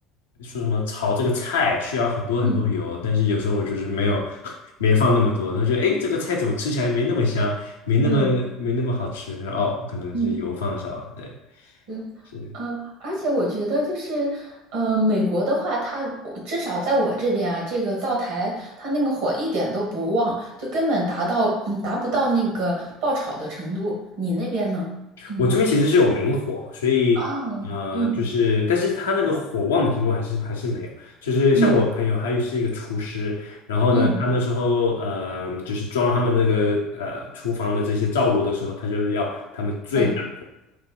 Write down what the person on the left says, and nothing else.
说什么炒这个菜需要很多很多油，
但是有时候我就是没有 <laughs> 没放那么多，然后觉得哎，诶这个菜怎么吃起来没那么香，没那么没那么好吃，
哦，可能是油放少了，
对，
是，
我这边其实是有明火，所以呃，
就是但是他那个火旺的程度还是还是没有。就是像我朋友，
他又是一个厨师，然后呢，
他那时候呃，就是装他们那个呃厨房的这些灶炉的时候，他就是要他们最大，